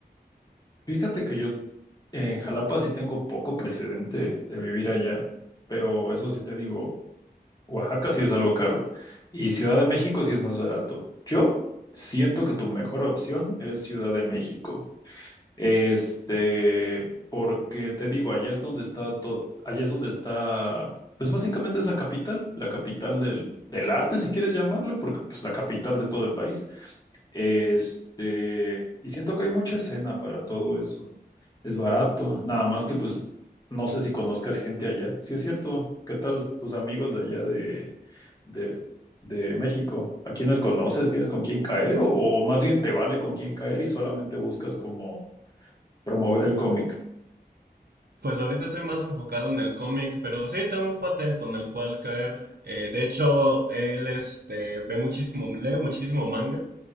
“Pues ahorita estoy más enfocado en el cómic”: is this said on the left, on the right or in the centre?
Right